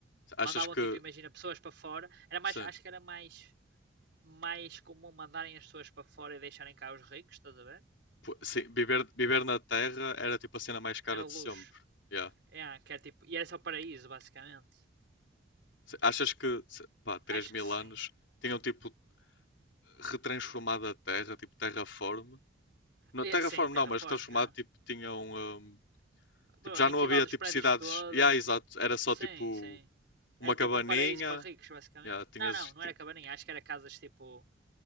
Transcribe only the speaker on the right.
Mandavam,
tipo, imagina, pessoas para fora. Era mais,
acho que era mais, mais comum mandarem as pessoas para fora e deixarem cá os ricos, estás a ver?
Era
o
luxo.
É, que era, tipo, e era só o paraíso, basicamente.
Acho
que sim.
É,
sim, terraform,
já.
Bro,
aniquilado
os
prédios
todos,
Sim,
sim.
Era
tipo um paraíso para ricos, basicamente.
Não, não, não
era cabaninha. Acho que era casas tipo.